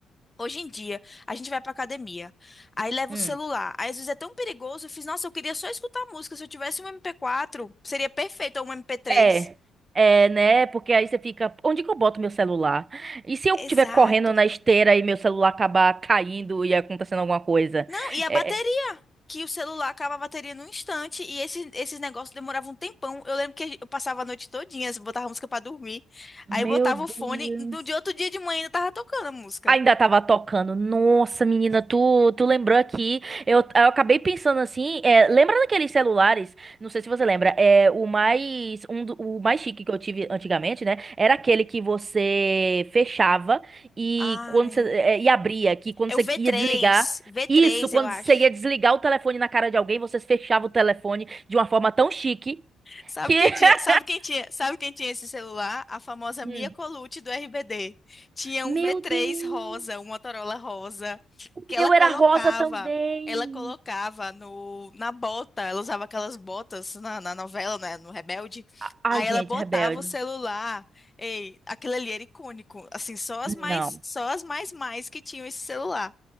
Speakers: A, on the left; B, on the right.
A: hoje em dia, a gente vai pra academia, aí leva
B: Hum.
A: o celular, aí às vezes é tão perigoso, eu fiz, nossa, eu queria só escutar música, se eu tivesse um MP4, seria perfeito, ou um MP3.
B: É, é, né? Porque aí você fica, onde que eu boto meu celular? E se eu
A: Exato.
B: estiver correndo na esteira e meu celular acabar caindo e acontecendo alguma coisa?
A: Não, e a
B: É,
A: bateria? Que o celular acaba a bateria num instante e esses, esses negócios demoravam um tempão. Eu lembro que eu passava a noite todinha, assim, botava música pra dormir.
B: meu
A: Aí botava
B: Deus.
A: o fone, do de outro dia de manhã ainda tava tocando a música.
B: Ainda tava tocando. Nossa, menina, tu, tu lembrou aqui. Eu, eu acabei pensando assim. é, lembra daqueles celulares? Não sei se você lembra. É, o mais, um, do- o mais chique que eu tive antigamente, né? Era aquele que você fechava e
A: Ai,
B: quando você, é, e abria, que quando
A: é
B: você
A: o v
B: ia
A: três,
B: desligar.
A: v
B: Isso,
A: três
B: quando
A: eu acho.
B: você ia desligar o telefone na cara de alguém, você fechava o telefone de uma forma tão chique
A: Sabe
B: que.
A: quem
B: <laughs>
A: tinha, sabe quem tinha, sabe quem tinha esse celular? A famosa
B: Hum.
A: Mia Colucci do RBD. Tinha
B: Meu
A: um v três
B: Deus!
A: rosa, um Motorola rosa,
B: O
A: que ela
B: meu
A: colocava,
B: era rosa também.
A: ela colocava no, na bota, ela usava aquelas botas na, na novela, né, no Rebelde.
B: A-
A: Aí
B: Ai, gente,
A: ela botava
B: rebelde.
A: o celular. Ei, aquilo ali era icônico. Assim, só as mais,
B: Não,
A: só as mais mais que tinham esse celular.